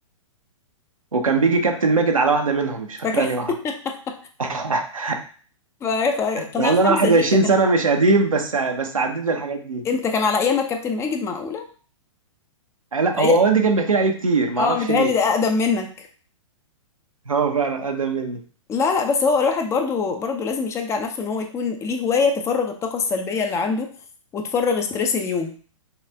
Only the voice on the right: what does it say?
وكان بيجي كابتن ماجد على واحدة منهم مش فاكر
انهي
واحدة <laughs>
مع ان
انا 21
سنه
مش قديم بس بس عديت بالحاجات دي
آه، لا
هو والدي كان بيحكي لي عليه كتير معرفش
ليه
هو فعلا اقدم مني